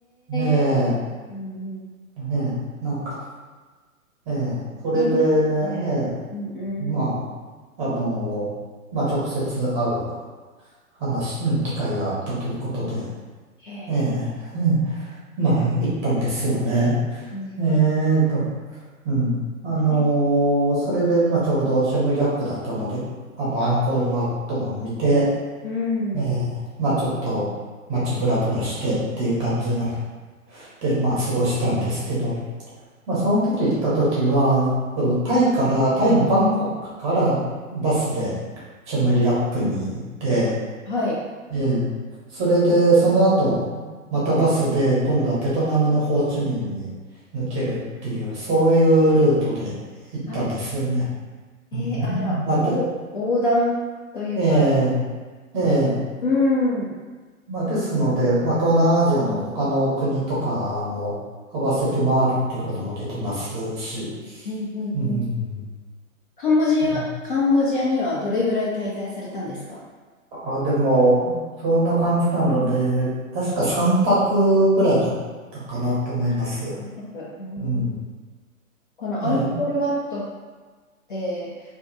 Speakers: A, on the right; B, on the left.
A: ね
B: え、うんうん
A: え、ねえ、なんか、ええ、それで、
B: いいですね。
A: ええ、
B: うんうん。
A: まあ、あの、まあ直接会う話、うん、機会があったということで、
B: へえ、
A: ええ、うんまあ、行ったんですよね。
B: はいはい。
A: えーと、うん。あの
B: え、
A: ーそれで、まあ、ちょうどシェムリアップだったので、あの、アンコールワットを見て、
B: うん。
A: ええ、まあ、ちょっと街ブラブラしてっていう感じなで、
B: え
A: まあ、過ごしたんですけど、まあ、その時行った時は、そのタイから、タイのバンコクからバスでシェムリアップに行って、
B: はい。
A: ええ。それで、その後、またバスで、今度はベトナムのホーチミンに抜けるっていう、そういうルートで行ったんですよね。
B: あ、えーあ、
A: うん。
B: じゃあ、
A: まあ、
B: お、
A: で、
B: 横断というか、
A: ええ、ええ。
B: うん。うん
A: まあ、ですので、まあ、東南アジアの他の国とかも合わせて回るっていうこともできますし。
B: うんうん。
A: うん。
B: カンボジアは、
A: うん
B: カンボジアにはどれぐらい滞在されたんですか
A: あ、でも、そんな感じなので、確か3泊ぐらいだったかなと思います。
B: あうん
A: うん。
B: このアンコールワットっ
A: ええ
B: て、